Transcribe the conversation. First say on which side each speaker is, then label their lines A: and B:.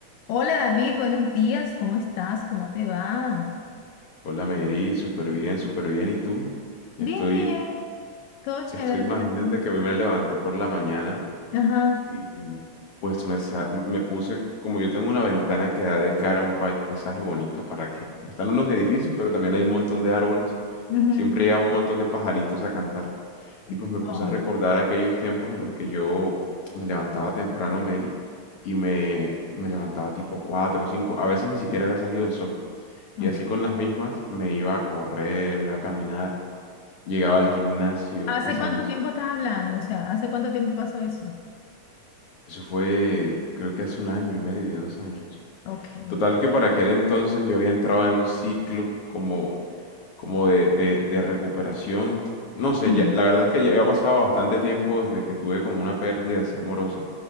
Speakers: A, on the left; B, on the left.
A: Hola David, buenos días, ¿cómo estás? ¿Cómo te va?
B: Hola Mary, súper bien, súper bien. ¿Y tú?
A: Bien,
B: Estoy,
A: bien, todo chévere
B: estoy, imagínate
A: por aquí.
B: que hoy me levanté por la mañana
A: Ajá.
B: y pues me, sa- me puse, como yo tengo una ventana que da de cara a un paisaje bonito, ¿para qué? Están unos edificios, pero también hay un montón de árboles.
A: ujú.
B: Siempre llega un montón de pajaritos a cantar. Y pues me
A: Oh,
B: puse a recordar aquellos tiempos en los que yo me levantaba temprano, Mary, y me, me levantaba tipo 4 o 5. A veces ni siquiera había salido el sol. Y
A: ok.
B: así con las mismas me iba a correr, me iba a caminar, llegaba al gimnasio,
A: ¿Hace
B: hacía
A: cuánto
B: mis...
A: tiempo estás hablando? O sea, ¿hace cuánto tiempo pasó eso?
B: Eso fue, creo que hace un año y medio, dos años.
A: Ok.
B: Total que para aquel entonces yo había entrado en un ciclo como, como de, de- de recuperación. No
A: mm,
B: sé, ya- la verdad es que ya había pasado bastante tiempo desde que tuve como una pérdida así amorosa.